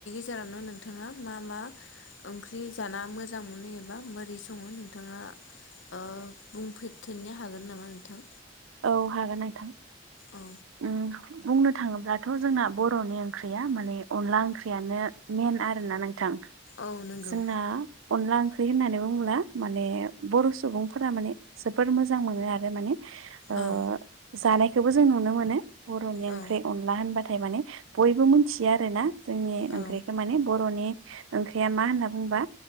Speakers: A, on the left; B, on the right.
A: जेरावनो नोंथाङा मा मा ओंख्रि जाना मोजां मोनो एबा बोरै सङो नोंथाङा ओ बुंफेरथोनो हागोन नामा नोंथां?
B: औ हागोन नोंथां।
A: औ
B: उम बुंनो थाङोब्लाथ' जोंना बर'नि ओंख्रिया माने अनला ओंख्रियानो मेन। मेन आरोना नोंथां
A: औ नंगौ
B: जोंना अनला ओंख्रि होननानै बुङोब्ला माने बर' सुबुंफोरा माने जोबोद मोजां मोनो आरो माने ओ
A: औ।
B: जानायखौबो जों नुनो मोनो बर'नि ओंख्रि
A: औ
B: अनला होनबाथाय माने बयबो मोनथियो आरोना। जोंनि ओंख्रिखौ
A: औ
B: माने बर'नि ओंख्रिया मा होनना बुंबा